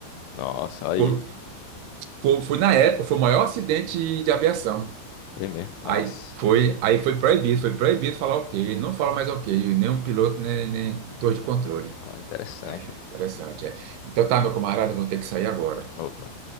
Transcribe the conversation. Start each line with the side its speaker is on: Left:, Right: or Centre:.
Left: nossa, aí.
Right: Por- Foi, foi na época, foi o maior acidente de aviação.
Left: Foi mesmo, nossa.
Right: Aí foi, aí foi proibido, foi proibido falar ok. Eles não falam mais ok, nem o piloto, nem, nem torre de controle.
Left: Ah, interessante.
Right: Interessante, é. Então tá, meu camarada, eu vou ter que sair agora.
Left: Opa.